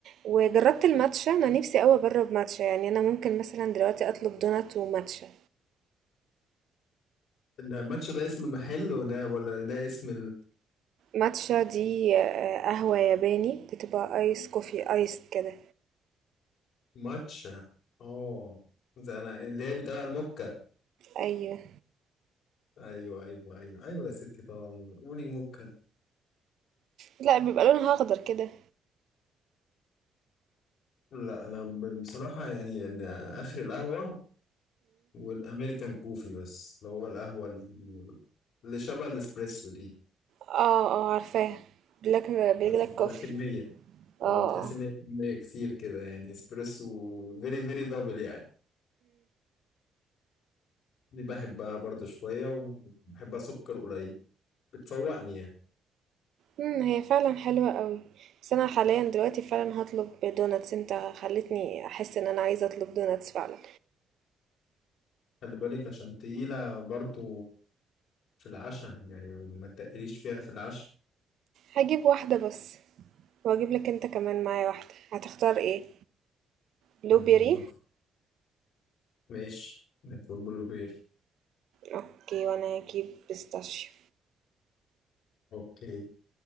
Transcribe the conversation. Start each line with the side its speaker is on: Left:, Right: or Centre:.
Right: وجربت الماتشا انا نفسي قوي اجرب ماتشا يعني انا ممكن مثلا دلوقتي اطلب دونات وماتشا
Left: ده ماتش ده اسم المحل وده ولا ده اسم
Right: ماتشا دي آآ قهوة ياباني بتبقى ice coffee iced كده،
Left: الماتشا اه ده انا اللي هي بتقال على الموكا
Right: أيوه.
Left: ايوه ايوه ايوه ايوه يا ستي طبعا قولي موكا
Right: لأ بيبقى لونها أخضر كده.
Left: لا انا ب- بصراحه يعني إن اخر القهوه والامريكان كوفي بس اللي هو القهوه ال- اللي شبه الاسبريسو دي
Right: آه، آه عارفاها black black
Left: بس بتبقى
Right: coffee
Left: كميه اه
Right: آه،
Left: تحس
Right: آه.
Left: ان هي كميه كتير كده يعني اسبريسو فيري فيري دبل يعني دي بحبها برضه شويه وبحبها سكر قليل بتفوقني يعني
Right: إمم، هي فعلًا حلوة أوي، بس أنا حاليًا دلوقتي فعلًا هاطلب دوناتس، أنت خلّيتني أحس إن أنا عايزة أطلب دوناتس فعلًا،
Left: خلي بالك عشان تقيله برضه في العشاء يعني ما تقليش فيها في العشاء
Right: هاجيب واحدة بس وهاجيب لك أنت كمان معايا واحدة، هتختار إيه؟ بلو
Left: مم،
Right: بيري؟
Left: ماشي نكون بلو بير.
Right: أوكي، وأنا هاجيب بيستاشيو.
Left: اوكي